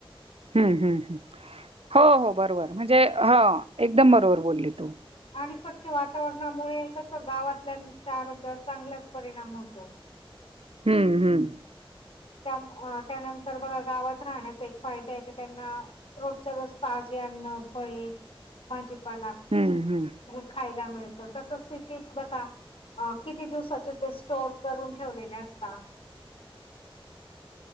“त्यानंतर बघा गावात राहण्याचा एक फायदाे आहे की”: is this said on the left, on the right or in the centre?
Left